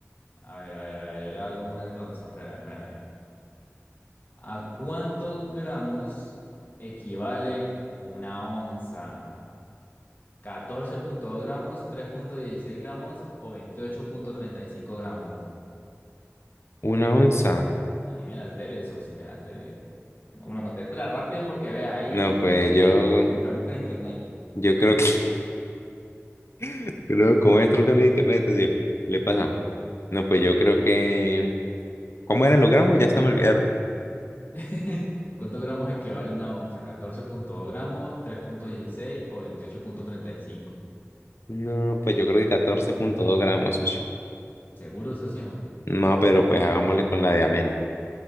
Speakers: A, on the left (about 40°); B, on the left (about 60°).
A: A ver, a ver, a ver, yo le hago una entonces. Espérame, espérame. ¿A cuántos gramos equivale una onza? Catorce punto dos gramos, tres punto dieciséis gramos o 28.35 gramos?
B: ¿Una onza?
A: Me las- A mí me las debes o si me las deben. No, Bueno, contéstala rápido porque vea, ahí
B: No, pues
A: hace
B: yo,
A: tiempo mientras busca en internet.
B: yo creo que, <laughs> creo, como estoy buscando en internet, socio, le pasa. No, pues yo creo que, ¿cómo eran los gramos? Ya se me olvidaron.
A: <laughs> ¿Cuántos gramos equivale una onza? Catorce punto dos gramos, tres punto dieciséis o veintiocho punto treinta y cinco.
B: No, pues yo creo que catorce punto dos gramos, socio.
A: ¿Seguro, socio?
B: No, pero pues hagámosle con la de amén.